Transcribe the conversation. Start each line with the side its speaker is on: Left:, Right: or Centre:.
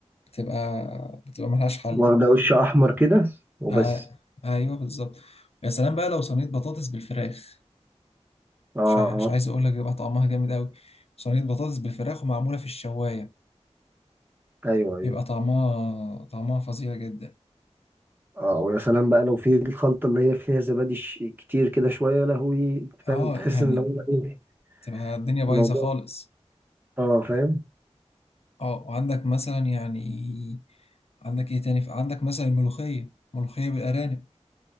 Left: بتبقى بتبقى ملهاش حل
Right: واخدة وش أحمر كده وبس
Left: آه. ايوه بالظبط يا سلام بقى لو صينيه بطاطس بالفراخ
Right: اه
Left: مش ع- مش عايز اقول لك بيبقى طعمها جامد قوي صينيه بطاطس بالفراخ ومعموله في الشوايه
Right: أيوه
Left: بيبقى
Right: أيوه
Left: طعمها طعمها فظيع جدا
Right: اه ويا سلام بقى لو في الخلطة اللي هي فيها زبادي ش- كتير كده شوية يا لهوي
Left: اه
Right: فاهم تحس
Left: يعني
Right: إن هو إيه
Left: تبقى الدنيا بايظه
Right: الموضوع
Left: خالص
Right: اه فاهم
Left: اه وعندك مثلا يعني عندك ايه تاني عندك مثلا الملوخية ملوخية بالأرانب